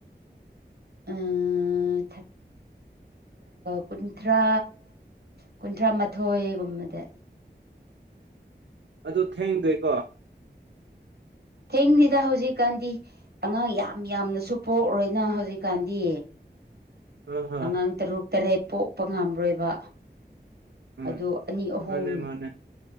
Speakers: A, on the right; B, on the right.
A: ꯑ ꯊꯠ ꯀꯨꯟꯊ꯭ꯔꯥ ꯀꯨꯟꯊ꯭ꯔꯥ ꯃꯥꯊꯣꯏꯒꯨꯝꯕꯗ
B: ꯑꯗꯨ ꯊꯦꯡꯗꯦꯀꯣ
A: ꯊꯦꯡꯅꯤꯗ ꯍꯧꯖꯤꯛꯀꯥꯟꯗꯤ ꯑꯉꯥꯡ ꯌꯥꯝ ꯌꯥꯝꯅꯁꯨ ꯄꯣꯛꯎꯔꯣꯏꯅ ꯍꯧꯖꯤꯛꯀꯥꯟꯗꯤ
B: ꯑ ꯍ
A: ꯑꯉꯥꯡ ꯇꯔꯨꯛ ꯇꯔꯦꯠ ꯄꯣꯛꯄ ꯉꯝꯔꯣꯏꯕ
B: ꯎꯝ
A: ꯑꯗꫭ ꯑꯅꯤ ꯑꯍꯨꯝ
B: ꯃꯥꯅꯦ ꯃꯥꯅꯦ